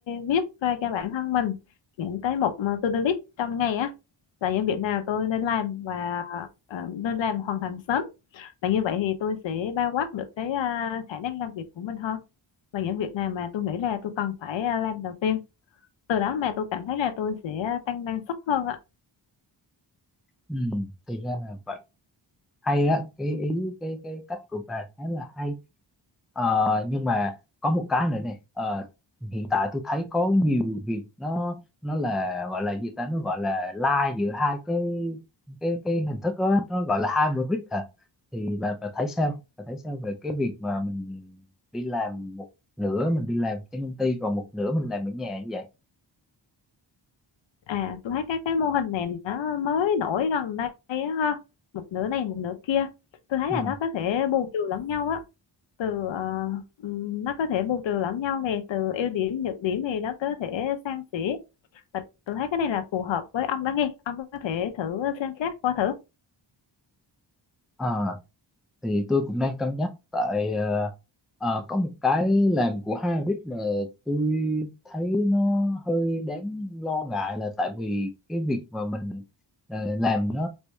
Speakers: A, on the left (about 75°); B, in the centre.
A: viết ra cho bản thân mình những cái mục mà to-do list trong ngày á là những việc nào tôi nên làm và ờ, nên làm hoàn thành sớm và như vậy thì tôi sẽ bao quát được cái à, khả năng làm việc của mình hơn và những việc nào mà tôi nghĩ là tôi cần phải à, làm đầu tiên từ đó mà tôi cảm thấy là tôi sẽ tăng năng suất hơn ạ
B: Ừ, thì ra là vậy hay á cái ý cái cái cách của bà khá là hay Ờ, nhưng mà có một cái nữa nè Ờ, hiện tại tôi thấy có nhiều việc nó nó là gọi là gì ta nó gọi là lai giữa hai cái cái cái hình thức đó nó gọi là hybrid hả thì bà bà thấy sao bà thấy sao về cái việc mà mình đi làm một nửa mình đi làm trên công ty còn một nửa mình làm ở nhà như vậy
A: à tôi thấy các cái mô hình này nó mới nổi gần đây á ha một nửa này một nửa kia tôi thấy
B: Ờ,
A: là nó có thể bù trừ lẫn nhau á từ ờ, ừm, nó có thể bù trừ lẫn nhau nè từ ưu điểm nhược điểm thì nó có thể san sẻ và tôi thấy cái này là phù hợp với ông đó nghe ông có thể thử xem xét qua thử
B: ờ. thì tôi cũng đang cân nhắc tại ờ, ờ, có một cái làm của Harvard mà tôi thấy nó hơi đáng lo ngại là tại vì cái việc mà mình ờ, làm nó